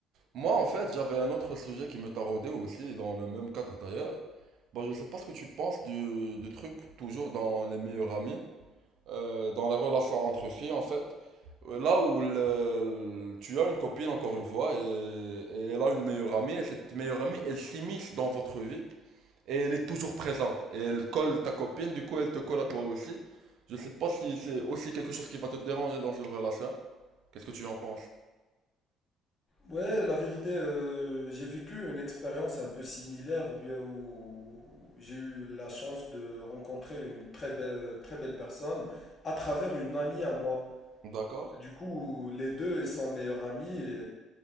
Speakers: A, on the right; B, on the left.
A: Moi, en fait, j'avais un autre sujet qui me taraudait aussi, dans le même cadre d'ailleurs. Bon, je sais pas ce que tu penses du, du truc, toujours dans les meilleurs amis, euh, dans la relation entre filles, en fait. Euh, Là où le- le- tu as une copine, encore une fois, et, et elle a une meilleure amie, et cette meilleure amie, elle s'immisce dans votre vie, et elle est toujours présente. Et elle colle ta copine, du coup, elle te colle à toi aussi. Je sais pas si c'est aussi quelque chose qui va te déranger dans une relation. Qu'est-ce que tu en penses?
B: Ouais, la vérité, euh, j'ai vécu une expérience un peu similaire ou bien où j'ai eu la chance de rencontrer une très belle, très belle personne à travers une amie à moi.
A: D'accord?
B: Du coup, les deux ils sont meilleurs amis et,